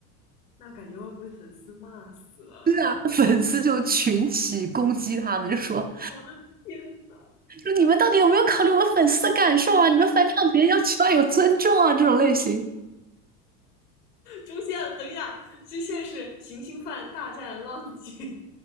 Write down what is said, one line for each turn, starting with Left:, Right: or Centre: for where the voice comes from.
Left: 那感觉会不会粉丝骂死了？
Right: <laughs> 粉丝就群起攻击他们，就说
Left: 我的天呐，
Right: 说你们到底有没有考虑我们粉丝的感受啊？你们翻唱别人要起码有尊重啊，这种类型。
Left: 出现了，等一下，这现是行星犯大战浪姐。